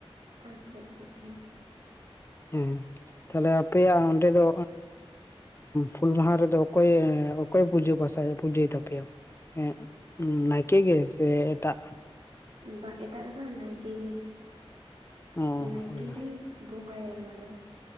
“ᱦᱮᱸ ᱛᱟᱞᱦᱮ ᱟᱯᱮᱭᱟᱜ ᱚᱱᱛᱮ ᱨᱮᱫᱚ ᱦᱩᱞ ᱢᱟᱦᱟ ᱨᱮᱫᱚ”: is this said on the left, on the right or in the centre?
Left